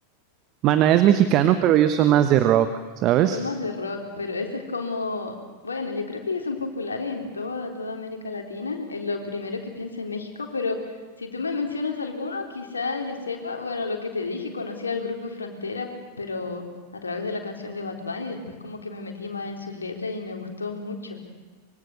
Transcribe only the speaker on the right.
Maná es mexicano, pero ellos son más de rock, ¿sabes?